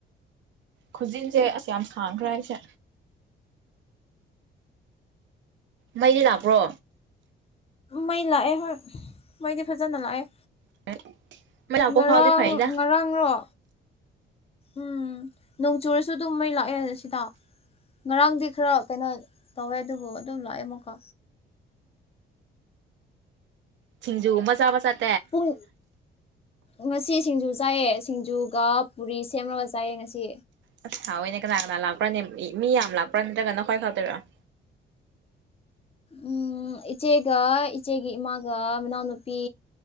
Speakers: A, on the right; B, on the left.
A: ꯈꯨꯖꯤꯟꯁꯦ ꯑꯁ ꯌꯥꯝ ꯁꯥꯡꯈ꯭ꯔꯦ ꯑꯩꯁꯦ ꯃꯩꯗꯤ ꯂꯥꯛꯄ꯭ꯔꯣ
B: ꯃꯩ ꯂꯥꯛꯑꯦ ꯍꯣꯏ ꯃꯩꯗꯤ ꯐꯖꯅ ꯂꯥꯛꯑꯦ
A: <unintelligible>
B: ꯉꯔꯥꯡ
A: ꯐꯥꯎꯗꯤ ꯐꯩꯗ
B: ꯉꯔꯥꯡꯂꯣ ꯎꯝ ꯅꯣꯡ ꯆꯨꯔꯁꯨ ꯑꯗꯨꯝ ꯃꯩ ꯂꯥꯛꯑꯦ ꯁꯤꯗ ꯉꯔꯥꯡꯗꯤ ꯈꯔ ꯀꯩꯅꯣ ꯇꯧꯋꯦ ꯑꯗꯨꯕꯨ ꯑꯗꯨꯝ ꯂꯥꯛꯑꯦꯃꯣꯀꯣ
A: ꯁꯤꯡꯖꯨꯒꯨꯝꯕ ꯆꯥꯕ ꯆꯥꯠ
B: ꯍꯨꯡ ꯉꯁꯤ ꯁꯤꯡꯖꯨ ꯆꯥꯏꯌꯦ ꯁꯤꯡꯖꯨꯒ ꯄꯨꯔꯤ ꯁꯦꯝꯂꯒ ꯆꯥꯏꯌꯦ ꯉꯁꯤ
A: ꯑꯁ ꯍꯥꯎꯏꯅꯦ ꯀꯅꯥ ꯀꯅꯥ ꯂꯥꯛꯄ꯭ꯔꯥꯅ ꯃꯤ ꯌꯥꯝ ꯂꯥꯛꯄ꯭ꯔꯥ ꯅꯠꯇꯒꯅ ꯈ꯭ꯋꯥꯏ ꯈꯥꯎꯗꯣꯏꯔꯑꯣ
B: ꯑꯣ ꯏꯆꯦꯒ ꯏꯆꯦꯒꯤ ꯏꯃꯥꯒ ꯃꯅꯥꯎꯅꯨꯄꯤ